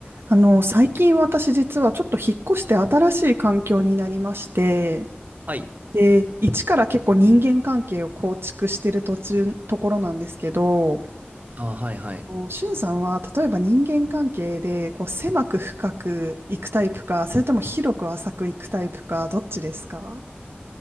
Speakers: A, on the right (about 75°); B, on the right (about 45°).
A: あの、最近私実はちょっと引っ越して新しい環境になりまして、
B: はい。
A: で、一から結構人間関係を構築してる途中、ところなんですけど、
B: あ、はいはい。
A: しゅんさんは例えば人間関係でこう狭く深くいくタイプか、それとも広く浅くいくタイプか、どっちですか